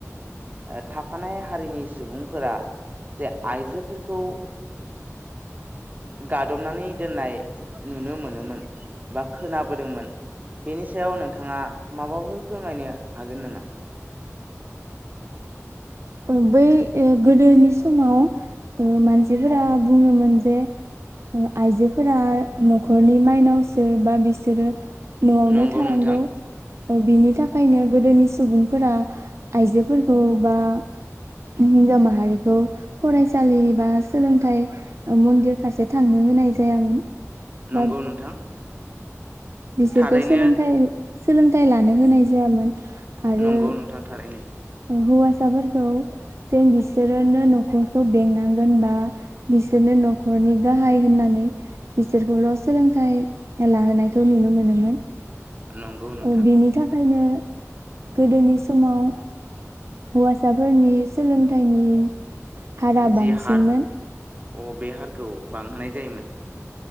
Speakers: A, on the right (about 30°); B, on the right (about 60°).
A: ओ थाफानाय हारिनि सुबुंफोरा जे आइजोफोरखौ गादबनानै दोननाय नुनो मोनोमोन बा खोनाबोदोंमोन बेनि सायाव नोंथाङा माबाफोर फोरमायनो हागोन नामा?
B: ओ बै ओ गोदोनि समाव ओ मानसिफोरा बुङोमोन जे ओ आइजोफोरा न'खरनि माइनावसो बा बिसोरो न'आवनो
A: नंगौ
B: थानांगौ।
A: नोंथां
B: ओ बिनि थाखायनो गोदोनि सुबुंफोरा आइजोफोरखौ बा हिनजाव माहारिखौ फरायसालि बा सोलोंथाइ ओ मन्दिर फारसे थांनो होनाय जायामोन।
A: नंगौ
B: बा
A: नोंथां।
B: बिसोरखौ
A: थारैनो
B: सोलोंथाइ सोलोंथाइ लानो होनाय जायामोन आरो
A: नंगौ नोंथां थारैनो।
B: हौवासाफोरखौ जेन बिसोरो न'खरखौ बेंनांगोन बा बिसोरनो न'खरनि गाहाय होननानै बिसोरखौल' सोलोंथाइ लाहोनायखौ नुनो मोनोमोन।
A: नंगौ नोंथां
B: ओ बिनि थाखायनो गोदोनि समाव हौवासाफोरनि सोलोंथाइनि हारा
A: जि
B: बांसिनमोन।
A: हार अ बे हारखौ बांहोनाय जायोमोन।